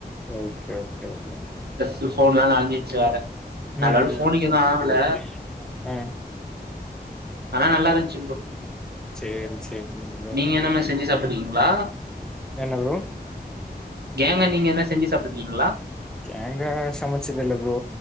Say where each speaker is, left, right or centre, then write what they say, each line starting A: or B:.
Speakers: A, in the centre; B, on the right.
A: ஓகே ஓகே ப்ரோ
B: ர ஃபோன்லாம் நனஞ்சிருச்சி வேற
A: ம்ம்
B: நல்ல வேல ஃபோனுக்கு எதுவு
A: ஒகே
B: ஆவல
A: ஒகே ம்
B: நா நல்லா இருந்துச்சு ப்ரோ
A: சேரி சேரிங்க ப்ரோ
B: நீங்க என்னமாரி செஞ்சு சாப் க்குதுங்களா
A: என்ன ப்ரோ
B: கேங்கா நீங்க எதனா செஞ்சு சாப்ட்ருக்கிங்ளா
A: கேங்கா சமைச்சதில்ல ப்ரோ